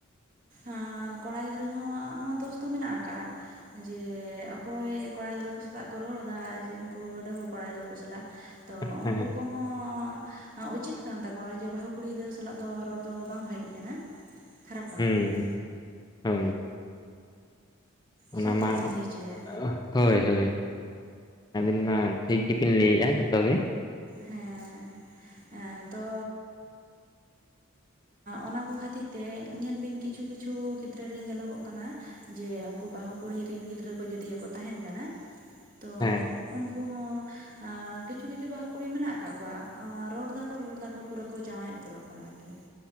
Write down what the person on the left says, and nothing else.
ᱦᱮᱸ
ᱦᱩᱸ
ᱦᱳᱭ᱾ ᱚᱱᱟ
ᱢᱟ
<unintelligible> ᱦᱳᱭ ᱦᱳᱭ, ᱟᱹᱵᱤᱱ ᱢᱟ ᱴᱷᱤᱠ ᱜᱮᱵᱤᱱ ᱞᱟᱹᱭᱮᱜᱼᱟ ᱡᱚᱛᱚ ᱜᱮ᱾
ᱦᱮᱸ